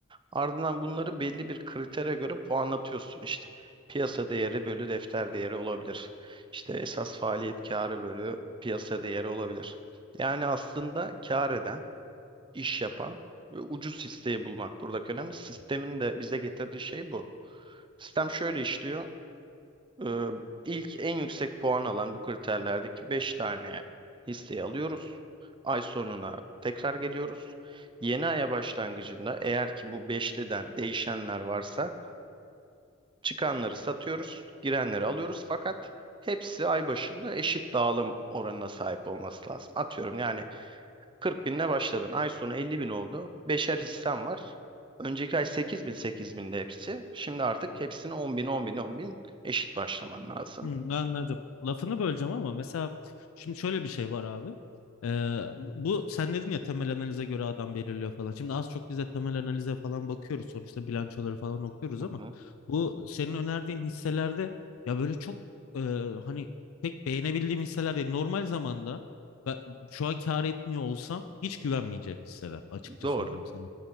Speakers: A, on the right; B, on the left.
A: Ardından bunları belli bir kritere göre puanlatıyorsun işte. Piyasa değeri bölü defter değeri olabilir. İşte esas faaliyet karı bölü piyasa değeri olabilir. Yani aslında kar eden, iş yapan ve ucuz hisseyi bulmak buradaki önemli. Sistemin de bize getirdiği şey bu. Sistem şöyle işliyor. Ee, ilk en yüksek puan alan bu kriterlerdeki 5 tane listeyi alıyoruz. Ay sonuna tekrar geliyoruz. Yeni aya başlangıcında eğer ki bu beşliden değişenler varsa çıkanları satıyoruz, girenleri alıyoruz. Fakat hepsi ay başında eşit dağılım oranına sahip olması lazım. Atıyorum yani 40 binle başladın. Ay sonu 50 bin oldu. Beşer hissen var. Önceki ay 8 bin 8 binde hepsi. Şimdi artık hepsini 10 bin 10 bin 10 bin eşit başlaman lazım.
B: Hmm, anladım. Lafını böleceğim ama mesela şimdi şöyle bir şey var abi. Ee, bu sen dedin ya temel analize göre adam belirliyor falan. Şimdi az çok biz de temel analize falan bakıyoruz. Sonuçta bilançoları falan okuyoruz
A: Hı
B: ama
A: hı.
B: bu senin önerdiğin hisselerde ya böyle çok e, hani pek beğenebildiğim hisseler değil. Normal zamanda ben şu an kâr etmiyor olsam hiç güvenmeyeceğim hisseler açıkça
A: Doğru.
B: söyleyeyim sana.